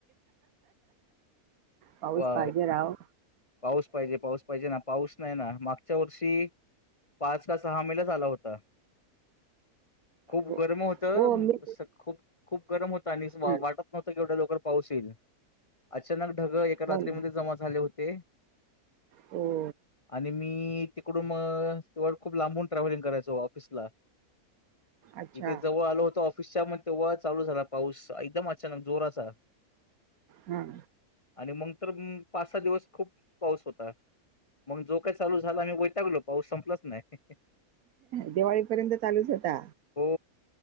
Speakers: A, on the right (about 70°); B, on the left (about 40°).
A: पाऊस
B: वा
A: पाहिजे राव
B: पाऊस पाहिजे, पाऊस पाहिजे ना पाऊस नाही ना मागच्या वर्षी पाच ला सहा महिलाच आला होता खूप
A: हो
B: गरम होतं
A: हो मी
B: खूप, खूप गरम होतं आणि वाटत
A: हं,
B: नव्हतं कवढ्या लवकर पाऊस येईल अचानक ढग एका रात्रीमध्ये
A: हो ना
B: जमा झाले होते
A: हो
B: आणि मी तिकडून तेव खूप लांबून ट्रॅव्हलिंग करायचो ऑफिसला
A: अच्छा
B: इथे जवळ आलो होत ऑफिसच्या मग तेव्हा चालू झाला पाऊस एकदम अचानक जोराचा
A: हा
B: आणि मग तर पाच सहा दिवस खूप पाऊस होता मग जो काही चालू झाला आम्ही वैतागलो पाऊस संपलाच नाही
A: दिवाळीपर्यंत चालूच होता
B: हो